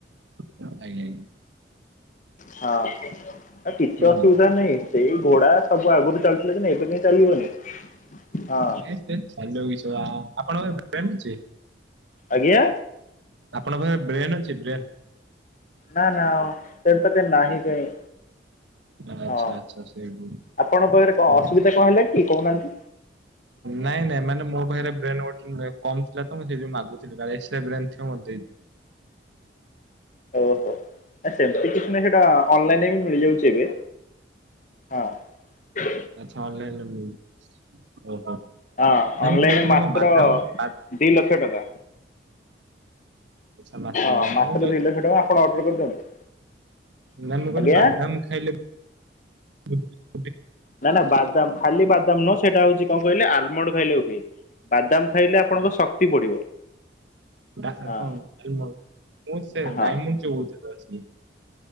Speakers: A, on the right; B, on the left.
A: ମୁତ ମାଇଲାଇ
B: ହଁ ଆ କିଛି
A: ହୁଁ
B: ଅସୁବିଧା ନାହିଁ ସେଇ ଘୋଡା ସବୁ ଆଗରୁ ଚାଲିଥିଲା କି ଏବେ କାହିଁ ଚାଲିବନି। ହଁ
A: ନାଇଁ ସେ ଚାଲ ଇସ ବାଃ ଆପଣଙ୍କର ଦୁଆ ଞ୍ଚି
B: ଆଜ୍ଞା।
A: ଆପଣଙ୍କ ପାଖରେ ବ୍ରେନ୍ ଅଛି? ବ୍ରେନ?
B: ନା ନା ବ୍ରେନ ଟା ନାହିଁ କାଇଁ।
A: ଆଚ୍ଛା
B: ହଁ
A: ଆଚ୍ଛା ସେଇବ
B: ଆପଣଙ୍କ ପାଖରେ କଣ
A: ହ
B: ଅସୁବିଧା କଣ ହେଲା କି କହୁନାହାନ୍ତି?
A: ନାଇଁ ନାଇଁ ମାନେ ମୋ ପାଖରେ ବ୍ରେନ ଗୋଟେ କମ ଥିଲା ତ ମୁଁ ସେଇଥି ମାଗୁଥିଲି କାଳେ ସେ ବ୍ରେନ ଥିବ ମତେ ଦେଇ
B: ଓହୋ ଆ ସେମିତି କିଛି ନାହିଁ ଅନଲାଇନ୍ ମିଳିଯାଉଛି ଏବେ ହଁ।
A: ଆଚ୍ଛା ଅନଲାଇନରେ ମିଳୁଛି ଓହୋ।
B: ହଁ
A: ନାଇଁ
B: ଅନଲାଇନରେ
A: ମୁଁ କହୁଥିଲି
B: ମାତ୍ର
A: କଣ ବାଦାମ ବା
B: ଦି ଲକ୍ଷ ଟଙ୍କା।
A: ଆଚ୍ଛା ମାତ୍ର
B: ହଁ ମାତ୍ର
A: ମୁଁ
B: ଦି ଲକ୍ଷ୍ୟ ଟଙ୍କା ଆପଣ ଅର୍ଡର କରିଦିଅନ୍ତୁ।
A: ନା ମୁଁ
B: ଆଜ୍ଞା
A: କହିଲି ବାଦାମ ଖାଇଲେ <unintelligible>
B: ନା ନା ବାଦାମ ଖାଲି ବାଦାମ ନୁହଁ ସେଇଟା ହଉଛି କଣ କହିଲେ ଆଲମଣ୍ଡ ଖାଇଲେ ହୁଏ। ବାଦାମ ଖାଇଲେ
A: କଣ?
B: ଆପଣଙ୍କ ଶକ୍ତି ବଢିବ।
A: ମୁଁ
B: ହଁ
A: ସେ
B: ହଁ
A: ଡାଇମଣ୍ଡ ଚୌତିରେ ଅଛି।